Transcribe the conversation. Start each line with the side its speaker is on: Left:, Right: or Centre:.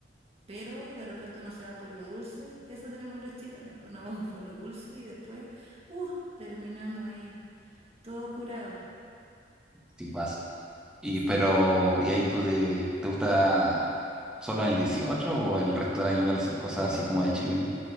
Right: Pero de repente uno se va por lo dulce, eso tenemos los chilenos, pues nos vamos por lo dulce y después, uh, terminamos ahí, todos curados.
Centre: si vas. Y
Right: Sí.
Centre: pero, ¿y ahí tú te, te gusta solo en el 18 o el resto del año con las cosas así como de chileno?